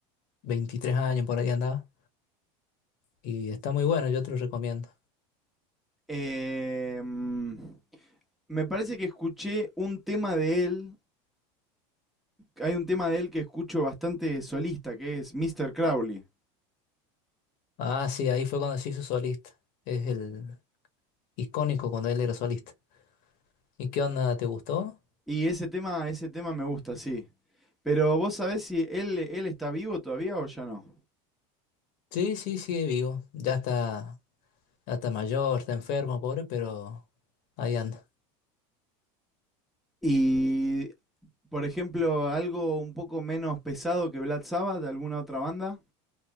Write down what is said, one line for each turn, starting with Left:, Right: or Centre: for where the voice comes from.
Left: 23 años, por ahí andaba. Y está muy bueno, yo te lo recomiendo.
Centre: Eh, mm, me parece que escuché un tema de él hay un tema de él que escucho bastante solista, que es Mister Crowley.
Left: Ah, sí, ahí fue cuando se hizo solista. Es el icónico cuando él era solista. ¿Y qué onda? ¿Te gustó?
Centre: Y ese tema, ese tema me gusta, sí. Pero vos sabés si él, él está vivo todavía o ya no.
Left: Sí, sí, sigue vivo. Ya está, ya está mayor, está enfermo, pobre, pero ahí anda.
Centre: Y, por ejemplo, algo un poco menos pesado que Black Sabbath, de alguna otra banda,